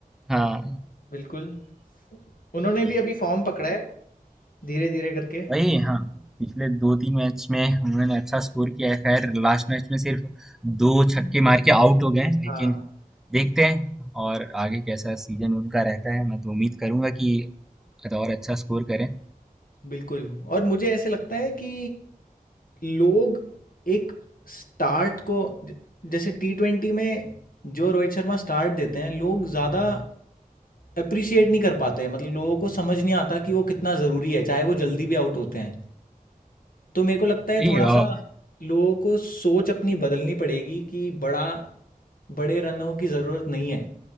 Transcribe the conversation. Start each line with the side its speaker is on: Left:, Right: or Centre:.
Centre: हाँ
Left: बिल्कुल उन्होंने
Centre: ये-
Left: भी अभी फॉर्म पकड़ा है धीरे धीरे करके
Centre: वही हाँ पिछले दो तीन मैच में उन्होंने अच्छा स्कोर किया है खैर लास्ट मैच में सिर्फ दो छक्के मार के आउट हो गए हैं, लेकिन
Left: हाँ
Centre: देखते हैं और आगे कैसा सीजन उनका रहता है मैं तो उम्मीद करूंगा कि और अच्छा स्कोर करें
Left: बिल्कुल और मुझे ऐसे लगता है कि लोग एक स्टार्ट को ज- जैसे टी ट्वेंटी में जो रोहित शर्मा स्टार्ट देते हैं लोग ज़्यादा अप्रिशिएट नहीं कर पाते हैं मतलब लोगों को समझ नहीं आता कि वो कितना ज़रूरी है चाहे वो जल्दी भी आउट होते हैं तो मेरे को लगता है
Centre: वही
Left: थोड़ा सा
Centre: अ,
Left: लोगों को सोच अपनी बदलनी पड़ेगी कि बड़ा बड़े रनों की ज़रूरत नहीं है